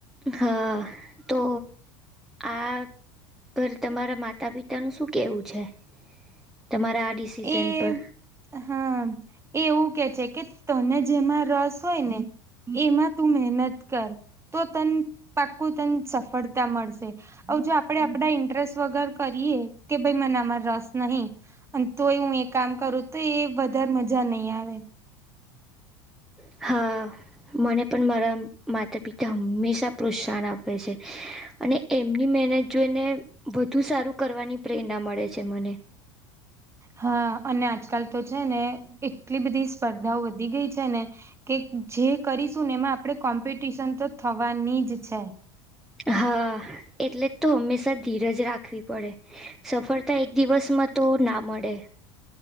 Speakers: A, in the centre; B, on the right.
A: હા તો આપ પર તમારા માતા પિતા નું શું કેવું છે? તમારા આ ડિસિઝન
B: એ
A: પર
B: હા એવું કે છે કે, તને જેમાં રસ હોય ને. એમાં તું મહેનત કર, તો તન પાક્કું તને સફળતા મળશે. હ જો આપડે આપડા ઇન્ટરેસ્ટ વગર કરીએ કે ભાઈ મને આમાં રસ નહી. અને તોય હું એ કામ કરું તો એ વધારે મજા નહીં આવે.
A: હા. મને પણ મારા માતા પિતા હંમેશા પ્રોત્સાહન આપે છે, અને એમની મહેનત જોઈને વધુ સારું કરવાની પ્રેરણા મળે છે મને.
B: હા અને આજકાલ તો છે ને એટલી બધી સ્પર્ધાઓ વધી ગઈ છે ને. કે જે કરીશું ને એમાં આપણેે કોમ્પિટિશન તો થવાની જ છે.
A: હા એટલે તો હંમેશા ધીરજ રાખવી પડે. સફળતા એક દિવસમાં તો ના મળે.